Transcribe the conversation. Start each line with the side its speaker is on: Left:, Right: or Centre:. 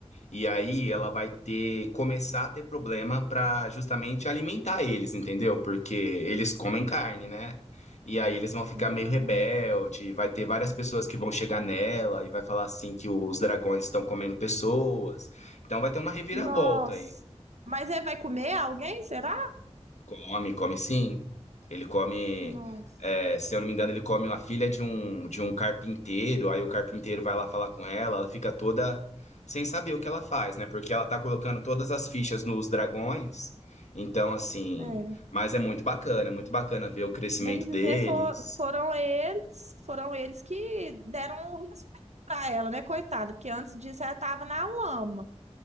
Left: E aí ela vai ter começar a ter problema para justamente alimentar eles, entendeu? Porque eles comem carne, né? E aí eles vão ficar
Right: Ah,
Left: meio rebelde, vai ter várias pessoas que vão chegar nela e vai falar assim que os dragões estão comendo pessoas. Então vai ter uma reviravolta
Right: nossa.
Left: aí.
Right: Mas ele vai comer alguém, será?
Left: Come, come sim. Ele come,
Right: Nossa.
Left: é, se eu não me engano, ele come uma filha de um, de um carpinteiro, aí o carpinteiro vai lá falar com ela, ela fica toda sem saber o que ela faz, né? Porque ela tá colocando todas as fichas nos dragões. Então, assim,
Right: É.
Left: mas é muito bacana, é muito bacana ver o crescimento
Right: Bem dizer,
Left: deles.
Right: for- foram eles, foram eles que deram o respeito pra ela, né, coitada? Porque antes disso ela tava na lama.